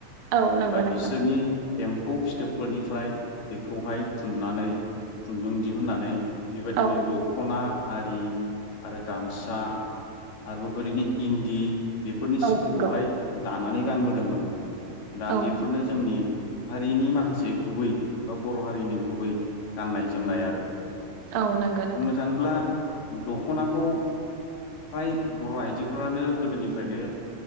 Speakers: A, on the right; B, on the left.
A: औ नंगौ
B: एबा
A: नोंथां
B: बिसोरनि एम्फौ फिथोबफोरनिफ्राय बेखौहाय थुननानै खुन्दुं दिहुननानै बेबादिनो
A: औ
B: दख'ना आरि आरो गामसा आरबो बोरिनि इन्दि बेफोरनि
A: औ
B: सिफोरखौहाय
A: नंगौ
B: दानानै गानबोदोंमोन दा
A: औ
B: बेफोरनो जोंनि हारिनि माखासे गुबै बा बर' हारिनि गुबै गाननाय जोमनाय आरो
A: औ नंगौ नोंथां
B: बुंनो थाङोब्ला दख'नाखौ फ्राय बर' आइजोफोरानो गोदोनिफ्रायनो